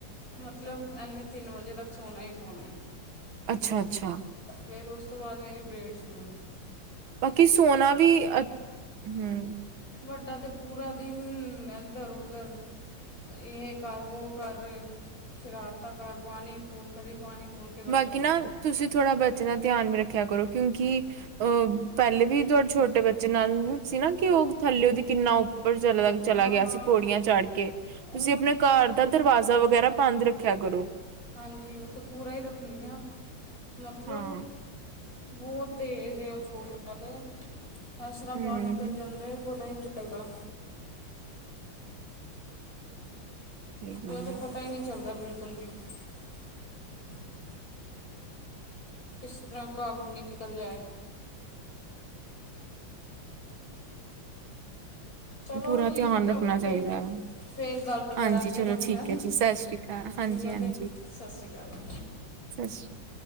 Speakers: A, on the left; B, on the right.
A: ਮਤਲਬ ਇਨੇ ਤਿੰਨ ਵਜੇ ਤੱਕ ਸੋਨਾ ਹੀ ਸੋਨਾ ਹੈ।
B: ਅੱਛਾ ਅੱਛਾ,
A: ਪੈਰੋਸ, ਉਸ ਤੋਂ ਬਾਅਦ ਮੇਰੀ ਪਰੇਡ ਛੜੂ
B: ਬਾਕੀ ਸੋਨਾ ਵੀ ਅ ਹੂੰ,
A: ਵੱਡਾ ਤਾਂ ਪੂਰਾ ਦਿਨ ਇੱਧਰ ਉੱਧਰ ਇਹ ਕਰ ਵੋ ਕਰ ਸ਼ਰਾਰਤਾਂ ਕਰ ਪਾਣੀ ਖੋਲ ਕਦੀ ਪਾਣੀ ਖੋਲ ਕੇ ਬਹਿ
B: ਬਾਕੀ
A: ਜਾਏ
B: ਨਾ ਤੁਸੀਂ ਥੋੜ੍ਹਾ ਬਚਣਾ। ਧਿਆਨ ਵੀ ਰੱਖਿਆ ਕਰੋ ਕਿਉਂਕਿ ਅਹ ਪਹਿਲੇ ਵੀ ਤੁਹਾਡੇ ਛੋਟੇ ਬੱਚੇ ਨਾਲ ਸੀ ਨਾ ਕਿ ਉਹ ਥੱਲੇ ਉਹਦੀ ਕਿੰਨਾ ਉੱਪਰ ਚਲਾ ਚਲਾ
A: ਹਾਂ
B: ਗਿਆ
A: ਹਾਂ
B: ਸੀ ਪੌੜੀਆਂ ਚੜ੍ਹ ਕੇ ਤੁਸੀਂ
A: ਉਹ
B: ਆਪਣੇ
A: ਤੇ
B: ਘਰ
A: ਪੂਰਾ
B: ਦਾ ਦਰਵਾਜ਼ਾ ਵਗੈਰਾ ਬੰਦ ਰੱਖ। ਸਿਖਿਆ ਕਰੋ।
A: ਹਾਂਜੀ ਉਹ ਤੇ ਪੂਰਾ ਹੀ ਰੱਖਣੀ ਆ। ਮਤਲਬ,
B: ਹਾਂ
A: ਬਹੁਤ ਤੇਜ ਉਹ ਛੋਟਾ ਤੇ ਇਸ ਤਰ੍ਹਾਂ
B: ਹਮ
A: ਬਾਹਰ ਨਿਕਲ ਜਾਂਦਾ ਏ ਪਤਾਹੀ ਨਹੀਂ ਚਲਦਾ,
B: ਸਹੀ ਗੱਲ
A: ਤਾਂ ਪਤਾ
B: ਹੈ
A: ਹੀ ਨੀ ਚੱਲਦਾ ਬਿਲਕੁਲ ਬਿਲਕੁਲ ਕੁੁਲ ਵੀ ਕਿਸ ਤਰ੍ਹਾਂ ਕਬ ਨਿਕਲ ਜਾਏ। ਚਲੋ
B: ਪੂਰਾ
A: ਠੀਕ
B: ਧਿਆਨ
A: ਹੈ
B: ਰੱਖਣਾ
A: ਓਕੇ
B: ਚਾਹੀਦਾ ਹੈ
A: ਫੇਰ ਗੱਲ
B: ਹਾਂਜੀ
A: ਕਰਾਂਗੇ
B: ਚਲੋ
A: ਤੁਹਾਡੇ
B: ਠੀਕ
A: ਨਾਲ
B: ਹੈ ਜੀ ਸਤਿ ਸ੍ਰੀ ਅਕਾਲ ਹਾਂਜੀ
A: ਮੈਂ
B: ਹਾਂਜੀ
A: ਦੇਖ ਸਤਿ ਸ਼੍ਰੀ ਅਕਾਲ ਜੀ
B: ਸਤਿ ਸ੍ਰੀ